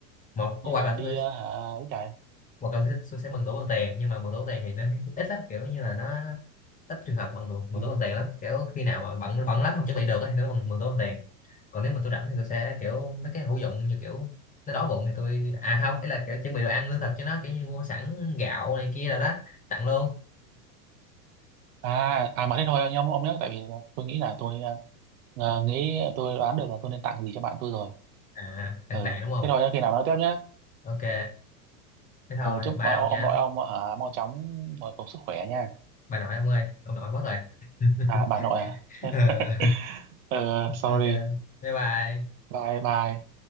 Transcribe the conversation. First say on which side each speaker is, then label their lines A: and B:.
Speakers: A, on the left (about 15°); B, on the right (about 55°).
A: một có
B: như
A: hoặc
B: là
A: là
B: đi
A: tôi
B: à, hả ấy trời
A: hoặc là tôi sẽ, tôi sẽ mừng tuổi bằng tiền nhưng mà mừng tuổi bằng tiền thì nó <laughs> ít lắm kiểu như là nó ít trường hợp bằng tuổi- mừng
B: Ừ.
A: tuổi bằng tiền lắm kiểu khi nào mà bận bận lắm không chuẩn bị được ấy, thì nó mừng mừng tuổi bằng tiền còn nếu mà tôi rảnh thì tôi sẽ kiểu mấy cái hữu dụng như kiểu nó đói bụng thì tôi à không ấy là kiểu chuẩn bị đồ ăn lương thực cho nó kiểu như mua sẵn gạo này kia rồi đó tặng luôn
B: à à mà thế thôi nhá, ông ông nhớ tại vì tôi nghĩ là tôi ờ, nghĩ tôi đoán được là tôi nên tặng gì cho bạn tôi rồi
A: à tặng
B: ừ
A: vàng đúng không
B: thế thôi nhá, khi nào nói tiếp nhé
A: ok thế thôi
B: ừ, chúc
A: bao
B: ờ,
A: nha
B: ông nội ông ở mau chóng hồi phục sức khỏe nha
A: bà nội ông ơi ông nội mất rồi <laughs>
B: à bà nội à <laughs>
A: Ờ,
B: ừ, sorry
A: ok bye bye
B: bye bye